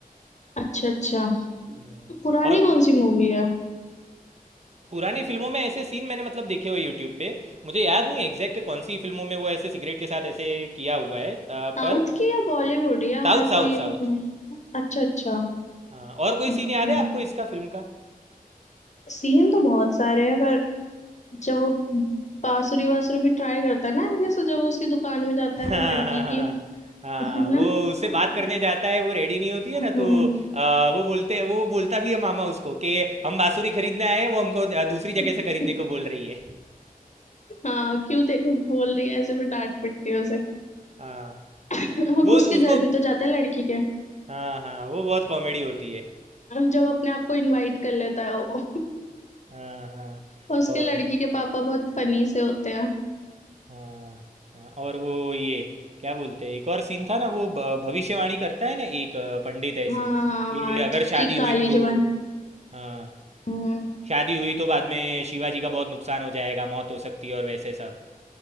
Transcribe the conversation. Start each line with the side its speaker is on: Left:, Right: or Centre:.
Left: अच्छा अच्छा
Right: हम्म,
Left: पुरानी
Right: और कुछ
Left: कौन सी मूवी है
Right: पुरानी फिल्मों में ऐसे सीन मैंने मतलब देखे हुए यूट्यूब पे मुझे याद नहीं है एग्जैक्ट के कौन सी फिल्मों में वो ऐसे सिगरेट के साथ ऐसे किया हुआ है अ,
Left: साउथ
Right: पर
Left: की या बॉलीवुड या
Right: साउथ
Left: हर
Right: साउथ
Left: कोई
Right: साउथ
Left: में? अच्छा अच्छा
Right: हाँ और कोई
Left: ओके
Right: सीन याद है आपको इसका फिल्म का
Left: सीन तो बहुत सारे हैं पर जब वो बांसुरी वासुरी भी ट्राई करता है ना ये सो जब वो उसकी दुकान में जाता
Right: <laughs> हाँ
Left: है लड़की
Right: हाँ
Left: की
Right: हाँ हाँ,
Left: है ना
Right: वो उससे
Left: हम्म
Right: बात करने जाता है वो रेडी नहीं होती है
Left: हम्म,
Right: ना तो अ, वो बोलते वो बोलता भी है मामा उसको कि हम बांसुरी खरीदने आए हैं वो हमको अ, दूसरी जगह
Left: हम्म।
Right: से खरीदने को बोल रही है
Left: हाँ क्यों दे बोल रही है ऐसे फिर डांट पिटती है उसे
Right: हाँ
Left: अब
Right: वो
Left: उसके
Right: उसको
Left: घर भी तो जाता है लड़की के
Right: हाँ हाँ वो बहुत कॉमेडी होती है
Left: जब अपने आप को इनवाइट कर लेता है वो
Right: हाँ हाँ
Left: और उसके
Right: और
Left: लड़की के पापा बहुत फनी से होते हैं
Right: हाँ हाँ और वो ये क्या बोलते हैं एक और सीन था ना वो भ- भविष्यवाणी करता है ना एक अ, पंडित ऐसे
Left: हाँ हाँ
Right: कि
Left: हाँ
Right: अगर शादी
Left: कि
Right: हुई
Left: काली
Right: तो
Left: जबान
Right: हाँ
Left: हम्म
Right: शादी हुई तो बाद में शिवाजी का बहुत नुकसान हो जाएगा मौत हो सकती है और वैसे सब